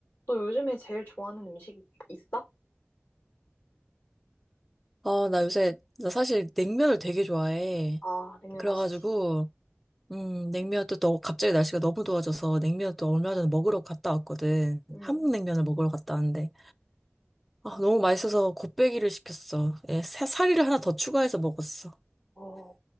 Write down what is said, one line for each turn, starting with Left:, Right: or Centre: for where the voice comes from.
Left: 너 요즘에 제일 좋아하는 음식 있어?
Centre: 아, 나 요새, 나 사실 냉면을 되게 좋아해.
Left: 아, 냉면
Centre: 그래가지고,
Left: 맛있지.
Centre: 음, 냉면도 또 갑자기 날씨가 너무 더워져서 냉면 또 얼마 전에 먹으러 갔다 왔거든.
Left: 음,
Centre: 한국 냉면을 먹으러 갔다 왔는데, 아, 너무 맛있어서 곱빼기를 시켰어. 예, 사- 사리를 하나 더 추가해서 먹었어.
Left: 어,